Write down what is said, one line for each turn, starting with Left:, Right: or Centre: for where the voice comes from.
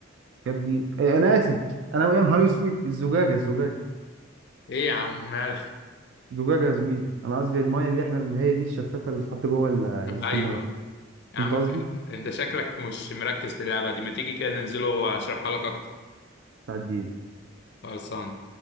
Right: يا ابني إيه انا اسف انا يا نهار اسود الزجاجه الزجاجه
Left: ايه يا عم مالك
Right: الزجاجه يا زميلي انا قصدي الميه اللي احنا من هي دي الشفافه اللي بتتحط جوه ال- ازازه
Left: <laughs> ايوه
Right: الميه
Left: يا
Right: فهمت
Left: عم
Right: قصدي
Left: <laughs> انت شكلك مش مركز في اللعبة دي ما تيجي كده ننزله واشرحها لك اكتر
Right: بتاع الدين
Left: خلصان